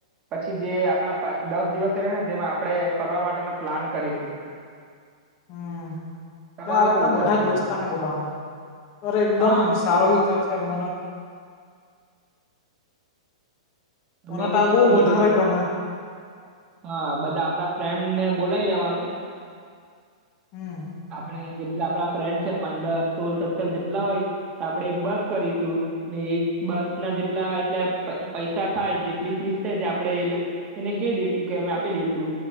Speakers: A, on the right; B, on the left.
A: પછી જે આપણા પાંચ દસ દિવસે રહે ને તેમાં આપણે ફરવા માટેનો પ્લાન કરીશું.
B: હમ
A: તમારો
B: ત્યાં આપણે
A: શું વિચાર
B: બધા
A: છે
B: જ દોસ્તાર
A: એના ઉપર
B: બોલવાનું અરે એકદમ
A: હા
B: સારો વી <unintelligible> મને
A: મેં
B: તો
A: બી
B: આ
A: એજ
B: બહુ
A: તમને
B: વધારે
A: કે
B: ગમે
A: હા બધા આપણા ફ્રેન્ડ ને બોલાયી લેવાનું
B: હમ.
A: આપણે જેટલા આપણા ફ્રેન્ડ છે પંડર સોળ સત્તર જેટલા હોય તો આપડે એક બસ કરીશું ને એ બસ ના જેટલા એટલે પૈસા થાય જેટલી ફીસ થાય તે આપડે એ એને કે દેસુ કે અમે આપી દેસુ